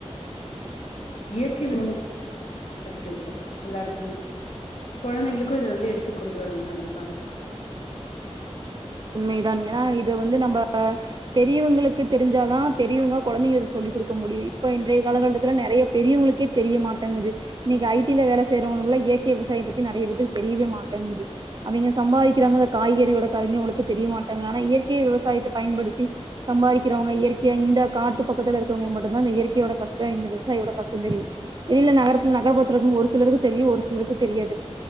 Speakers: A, on the left; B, on the right.
A: இயற்கையாகவே இருக்கு இப்ப எல்லாருக்குமே குழந்தைங்களுக்கும் இதை வந்து எடுத்துக் கொண்டு வரனும் கண்டிப்பாக
B: உண்மதான் ஏன்னா இத வந்து நம்ம பெரியவங்களுக்கு தெரிஞ்சாதான் பெரியவங்க குழந்தைங்களுக்கு சொல்லிக் கொடுக்க முடியும் இப்ப இன்றைய காலகலட்டத்துல நெறைய பெரியவங்களுக்கே தெரிய மாட்டேங்குது இன்னைக்கு ஐ டி ஐ வேல செய்யறவங்கல்ல இயற்கை விவசாயம் பத்தி நெறைய பேத்துக்கு தெரியவே மாட்டேங்கது அவங்க சம்பாதிக்கிறாங்க அந்த காய்கறியோட கத இயற்கைய விவசாயத்தை பயன்படுத்தி சம்பாதிறவங்க இயற்கை ஆஹ் இந்த காட்டு பக்கத்தில இருக்கவங்களுக்கு மட்டும் இந்த இயற்கையோட கஷ்டம் இந்த விவசாயியோட கஷ்டம் தெளியும் வெளில ஒருலரு தெ